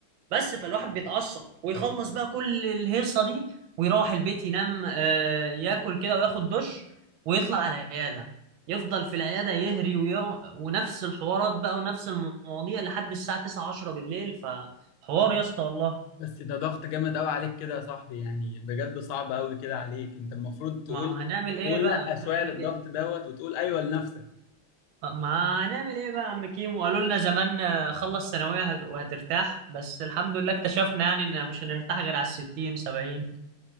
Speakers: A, on the right (about 75°); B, on the left (about 80°).
A: بس فالواحد بيتعصب ويخلص بقى كل الهيصه دي ويروح البيت ينام آه، ياكل كده وياخد دش ويطلع على العياده يفضل في العياده يهري ويو... ونفس الحوارات بقى ونفس المواضيع لحد الساعه 9 10 بالليل فحوار يا اسطى والله
B: بس ده ضغط جامد قوي عليك كده يا صاحبي يعني بجد صعب قوي كده عليك انت المفروض تقول
A: ما هنعمل ايه
B: تقول
A: بقى
B: لا شوية
A: هنعمل
B: للضغط
A: ايه
B: دوت وتقول ايوه لنفسك
A: ما هنعمل ايه بقى يا عم كيمو قالوا لنا زمان آه، خلص ثانويه هت- وهترتاح بس الحمد لله اكتشفنا يعني ان مش هنرتاح غير على الستين سبعين